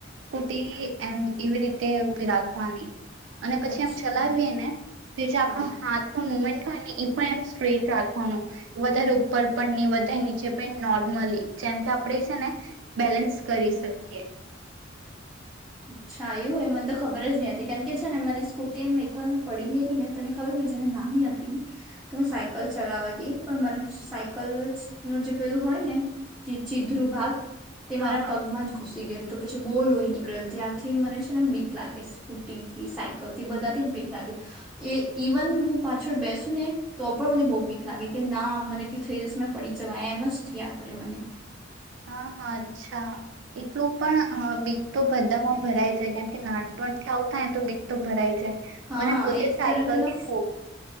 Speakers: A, on the right (about 80°); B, in the centre.
A: સ્કૂટી એમ એવી રીતે ઉભી રાખવાની અને પછી
B: અચ્છા
A: એમ ચલાવીએ ને પ જે
B: હા
A: આપણું હાથ ન મુમેન્ટ ને એઇ એમ સ્ટ્રેટ રાખ વધારે ઉપર પણ નહી વધારે નીચે પણ નોર્મલી જેમ કે આપણેે છે, ને બેલેન્સ કરી શકીએ
B: અચ્છા એું હોય મને તો ખબર જ નહ હતી કેમ કે છે, ને મને સ્કૂટી એમ એક વાર મેં પડી ગયેલી ને તને ખબર જારે નાની હતી ને તો મે સાયકલ ચલાવા ગઈ પણ મને સાયકલ નું જે પેલું હોય ને ચીધ્રુ ભાગ તે મારા
A: હા હા
B: પગમાં જ ઘુસી ગયો તો પછી બોલ હોય નીકળે ત્યારથી મને છે, ને બીક લાગે સ્કૂટી થી સાયકલ થી બધાથી જ બીક લાગે એ ઇવન હું પાછળ બેસુ ને તો પણ મને બહુ બીક લાગે કે ના મને થઈ જશે પડી જવા એમ જ થ આ કરે મને
A: હા હા અચ્છા એટલું પણ બીક તો બધામાં ભરાય જાય કેમ કે નાનપણથી આવતાાય ને તો બીક તો ભરાય જાય
B: હા
A: મને પોતે
B: એક
A: સાયકલથી
B: તરફ તેનો
A: જોવું